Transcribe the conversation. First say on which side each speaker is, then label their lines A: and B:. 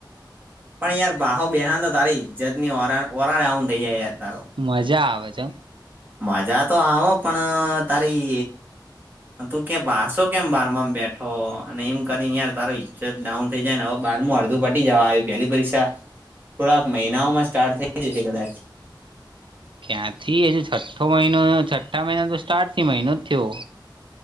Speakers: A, on the right; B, on the right.
A: પણ યાર બાહો બેહાન તારી જતની ઓ ઓરા ડાઉન થઈ જાય યાર
B: મજા આવે છે
A: મજા તો આવો પણ તારી તું કે બાસો કેમ બહાર માં બેઠો અને એમ કરી યાર તારો ઈજ્જત ડાઉન થઈ જાય હવે બાર અડધું પટી જવા આવી પહેલી પરીક્ષા થોડાક મહિનાઓમાં સ્ટાર્ટ થઈ જશે કદાચ
B: ક્યાંથી હજુ છઠ્ઠો મહિનો છઠ્ઠા મહિના તો સ્ટાર્ટ થી મહિનો જ થયો